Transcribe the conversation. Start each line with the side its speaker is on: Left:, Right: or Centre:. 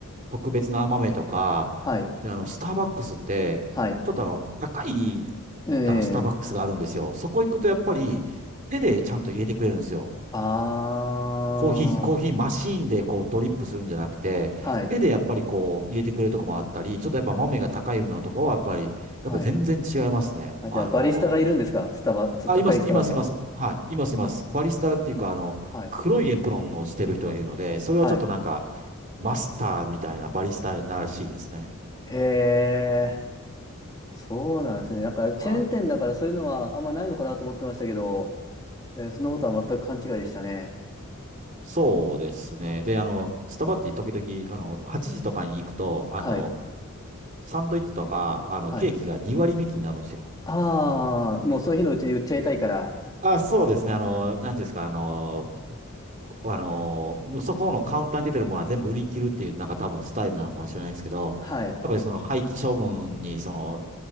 Right: 特別な豆とか、
Left: はい。
Right: で、あの、スターバックスって、
Left: はい。
Right: ちょっとあの、高い、
Left: ええ
Right: あの、スターバックスがあるんですよ。そこ行くと、やっぱり、手でちゃんと入れてくれるんですよ。
Left: あ
Right: コーヒー、
Left: ー、
Right: コーヒーマシーンでこうドリップするんじゃなくて、
Left: はい。
Right: 手でやっぱりこう入れてくれるとこもあったり、ちょっとやっぱ豆が高いのとかはやっぱり、
Left: はい。
Right: やっぱ全然違いますね。
Left: あ、
Right: あの
Left: じゃあ、バリスタがいるんですかスタバ、つ高いスタバには。
Right: あ、います、います、います。はい、います、います。バリスタっていうか、あの、
Left: はい。
Right: 黒いエプロンをしてる人がいるので、それはちょっとなんか、
Left: はい。
Right: マスターみたいなバリスタならしいですね。
Left: へえ、
Right: うん、
Left: そうなんですね。なんか、チェーン店だからそういうのはあんまないのかなと思ってましたけど、
Right: はい。
Left: えーそんなことは全く勘違いでしたね。
Right: そうですね。で、あの、スタバって時々、あの、8時とかに行くと、
Left: はい。
Right: あの、サンドイッチとか、あの、
Left: はい。
Right: ケーキが2割引きになるんですよ。
Left: ああ、もうその日のうちに売っちゃいたいから。
Right: あ、そうですね。あの、なんていうんですか、あの、あの、そこのカウンターに出てるものは全部売り切るっていう、なんか多分スタイルなのかもしれないですけど、
Left: はい。
Right: やっぱりその廃棄処分に、その、